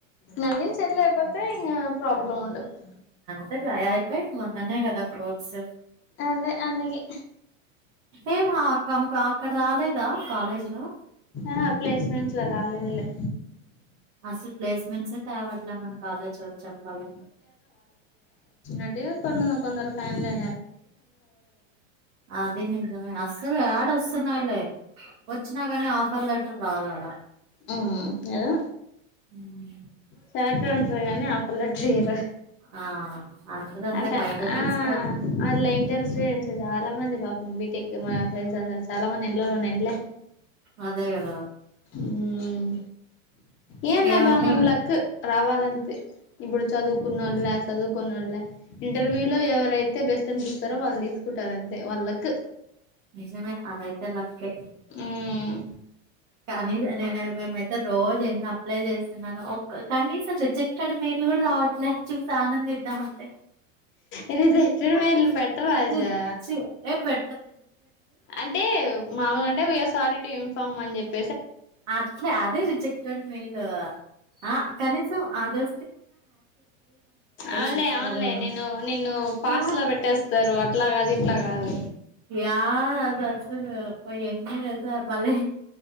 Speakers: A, on the left; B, on the right.
A: నవీన్ సెట్లయపోతే ఇగా ప్రాబ్లం ఉన్నడదు
B: అ కలా అయిపోయి మొన్ననే కదా కోర్స్
A: అదే అందుకే
B: ఏం కం అక్కడ రాలేదా కాలేజీ లో
A: ఆ ప్లేస్మెంట్స్ లో రావాలదులే
B: అసలు ప్లేస్మెంట్స్ తేవాటావట్లే మన కాలేజ్ వాళ్ళు చెప్పాలని
A: అడి కొడుకు కొందరూ కొందరు ఫ్యాన్లే
B: అదే నిజమే అసలు రాడు స్తున్నాయిలే వచ్చినా కాని ఆఫర్ లెటర్ రాదాడా
A: మ్ ఏదో
B: ఉమ్,
A: సెలక్ట్ ఉంటారు కానీ ఆపర్ లేటరు ఇయరు
B: ఆ అందరూ అంతే
A: అటే
B: బయట చూసుకోవాల్సింది
A: ఆ అలా ఇంటర్స్టెంస్ చాలా మంది పాపం బిటెక్ ఇ మా ఫ్రెండ్స్ అందరు చాలా మంది ఎళ్ళలో ఉన్నాయింలే
B: అదే గద
A: ఉమ్ ఏం లే
B: ఏమంటే
A: బ్బా మన లక్ రావాలంతే ఇప్పుడు చదువుకున్నళ్లు లే, చదువుకొని లే వాళ్ళ ఇంటర్వ్యూ లో ఎవరైతే బెస్ట స్ట్న్పిస్తారో వాళ్ళని తీసుకుంటారు అంతే వాళ్ళ లక్
B: నిజమే అదైతే లక్కె
A: ఉమ్
B: కానీస నేను మేమైతే రోజు ఎన్ని అప్లై చేస్తున్నాను కానీస రిజెక్ట్ టడ్ మేయిలు కూడా రావట్లే చూసి ఆనంది ఇద్దాం అంటే
A: ఇది తెచ్చుడు
B: అ
A: వీళ్ళు పెట్టరాజా
B: నిచ్చి ఏ పె
A: అంటే మామూలుగా అంటే vice are sorry to inform అని చె
B: అట్లే అదే రిజెక్టెడ్ మేల్ ఆ కనీస అదో
A: అవున్లే
B: చూసారు
A: అవునలే
B: అని
A: నేను నిన్ను పాస్
B: ఆ
A: లో పెట్టేస్తారు అట్లాగా అది అట్లా కాదు
B: యా అది అస్తు అప్ప ఎన్ని వసా బలే